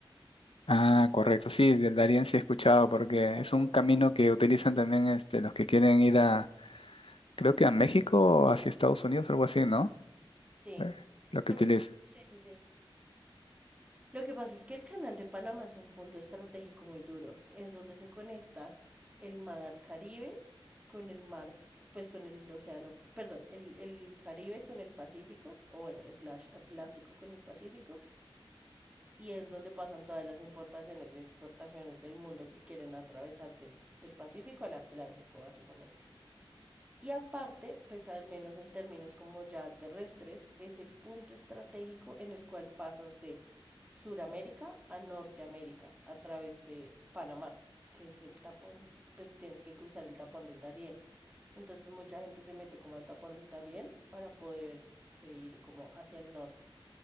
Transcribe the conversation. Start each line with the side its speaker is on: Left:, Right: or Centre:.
Left: Ah, correcto. Sí, de Darien sí he escuchado porque
Right: tapón
Left: es un camino
Right: del Darién.
Left: que utilizan también este, los que quieren ir a, creo que a México o hacia Estados Unidos, algo así, ¿no?
Right: Sí,
Left: Eh, Lo que
Right: pues
Left: utilizan.
Right: sí, sí, sí. Lo que pasa es que el canal de Panamá es un punto estratégico muy duro. Es donde se conecta el mar Caribe con el mar, pues con el océano, perdón, el, el Caribe con el Pacífico, o bueno, slash Atlántico con el Pacífico y es donde pasan todas las importaciones y exportaciones del mundo que quieren atravesar del, del Pacífico al Atlántico, básicamente. Y aparte, pues al menos en términos como ya terrestres, es el punto estratégico en el cual pasas de Suramérica a Norteamérica a través de Panamá, que es el tapón, pues tienes que cruzar el tapón del Darién. Entonces mucha gente se mete como al tapón del Darién para poderse ir como hacia el norte.